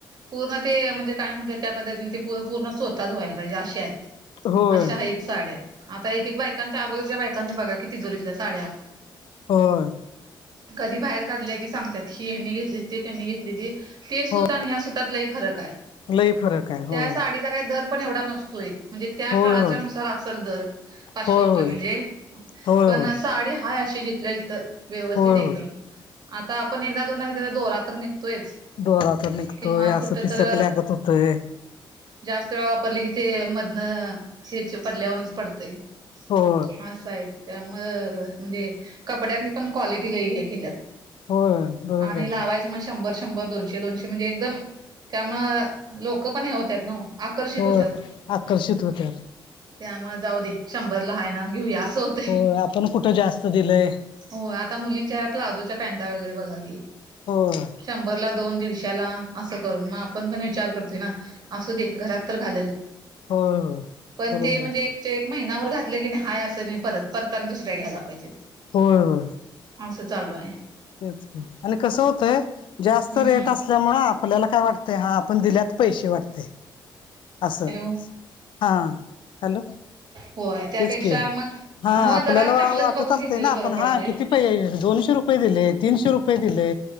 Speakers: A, on the right; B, on the left.
A: पूर्ण ते म्हणजे काय म्हणते त्या पद्धतीने ते पूर्ण स्वतःच व्हायला पाहिजे अशी आहे.
B: होय
A: अशा हाच साड्या आता एकक बायकांच्या अगोरच्या बायकांच्या बघा कि तिजोरीतल्या साड्या
B: होय
A: कधी बाहेर काढल्या की सांगतात हि यांनी घेतली ते त्यांनी घेतलेली. ते सूत
B: हो
A: आणि ह्या सुतातलाही फरक आहे.
B: लई फरक आहे. होय
A: त्या साडीचा काही दर पण एवढा नसतोय म्हणजे त्या
B: होय
A: काळाच्या
B: होय
A: नुसार असल दर.. पाचशे
B: होय
A: रुपये
B: होय
A: म्हणजे
B: होय
A: पण
B: होय
A: साडी हा अे जिथल्या जिथं व्यवस्थित
B: होय
A: एकदम.
B: होय
A: आता आपण एकदा दोन दोरा तर निघतोयच.
B: दोरात निघतोय
A: किंवा कुठ
B: आ स फीसक
A: तर
B: लाक ोतोय.
A: जास्त वेळा वापरली की ते मधन हच पडल्यावरूनच पडतंय.
B: हो.
A: असं आहे त्यामुं म्हणजे कपड्यातनी पण क्वालिटी ल हे केल्यात.
B: होय बरोबर
A: आणि
B: आहे
A: लावायचं
B: की
A: म्हण शंभर शंभर दोनशे दोनशे म्हणजे एकदम त्यामु लोक पण हे होत्यात नव्ह आकर्षित
B: हो
A: होत्यात.
B: आकर्षित होत्यात
A: त्यामुळे जाऊ दे, शंभर ला हाय ना घेऊया‌ अस होत.
B: हो, आपण कुठं जास्त दिलंय.
A: होय, आता मुलींच्या प्लाझोच्या पॅन्टा वगैरे बघा की.
B: होय
A: शंभरला दोन, दिडशाला. असं करून मग आपण पण विचार करतोय ना, असू दे घरात तर घालल.
B: होय होय
A: पण
B: बरोबर
A: ते म्हणजे
B: आहे
A: एक. एक महिना्यावर घातलं की नाही हाय असं, आणी परत, परत आणि दुसऱ्या घ्यायला पाहिजे.
B: होय.
A: असं चालू आहे.
B: तेच, आणि कसं होतंय, जास्त
A: हम्म
B: रेट अस. असल्यामुळे आपल्याला काय वाटतंय, हा आपण दिल्यात पैसे वाटतय. असं
A: हॅलो
B: हां हॅलो!
A: होय त्यापेक्षा
B: तेच की
A: मग
B: हा
A: हो
B: आपल्याला
A: जरा चांगलंच
B: वाटत
A: बघून
B: असते
A: घेतलेलं
B: ना आपण
A: बरं पडतंय
B: हा किती?
A: ओ
B: दोनशे रुपये दि तीनशे रुपये दिले